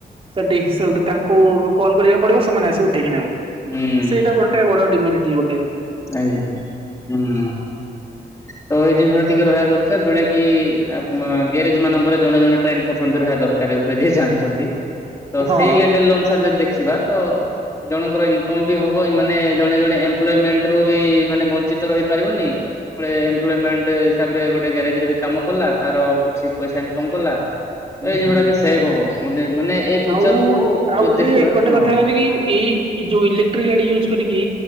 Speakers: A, on the right (about 35°); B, on the left (about 15°).
A: ସେଠି ସେଇଠୁ ତାଙ୍କୁ କଲ କରିବାକୁ ପଡିବ ସେମାନେ ଆସିି ଉଠେଇକି ନେବେ।
B: ହୁଁ
A: ସେଇଟା ଗୋଟେ ବଡ ଡିମିରିଟି।
B: ଆଜ୍ଞା। ହୁଁ। ତ ଏଇ ଜିନିଷ ଟା ଟିକେ ରହିବା ଦରକାର ଯୋଉଟା କି ଆ ଗ୍ୟାରେଜ ମାନଙ୍କର ଜଣେ ଜଣେ ଟ୍ରେନ ପର୍ସନ ବି ରହିବା ଦରକାର ଉପରେ ଯିଏ ଜାଣିଛନ୍ତି। ତ
A: ହଁ।
B: ସେଇ ଲେଭଲ ଅନୁସାରେ ଯଦି ଦେ ଦେଖିବା ତ ଜଣଙ୍କର ଇନକମ୍ ବି ହବ ମାନେ ଜଣେ ଜଣେ ଏମ୍ପ୍ଲୋମେଣ୍ଟ ରୁ ବି ମାନେ ବଞ୍ଚିତ ରହିପାରିବନି। ଗୋଟେ ଏମ୍ପ୍ଲୋମେଣ୍ଟ ହିସାବରେ ଗୋଟେ ଗ୍ୟାରେଜରେ ବି କାମ କଲା। ତାର କିଛି ପଇସା ଇନକମ କଲା।
A: ହୁଁ
B: ଏଇ
A: ହୁଁ
B: <unintelligible>
A: ହୁଁ।
B: ବି ସେଭ ହବ। ମତେ ମାନେ ଏଇ ଫିଚରକୁୁ
A: ଆଉ ଆଉ
B: ଯଦି
A: ଗୋଟେ
B: ଦେଖିବା
A: ଗୋଟେ
B: ହଁ।
A: କଥା ହେଲା ଯେ କି ଏଇ ଯୋଉ ଇଲେକ୍ଟ୍ରି ଗାଡି ୟୁଜ କରିକି